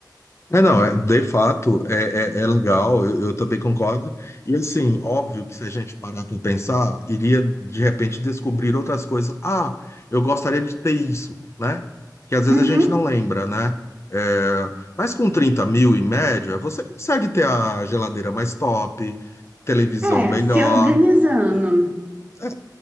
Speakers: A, on the left (about 40°); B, on the right (about 25°).
A: É, não, é, de fato, é, é, é legal, eu, eu também concordo. E assim, óbvio que se a gente parar para pensar, iria de repente descobrir outras coisas. Ah, eu gostaria de ter isso, né? Que às vezes
B: Uhum.
A: a gente não lembra, né? É, mas com 30 mil em média, você consegue ter a geladeira mais top, televisão
B: É,
A: melhor.
B: se organizando.
A: É,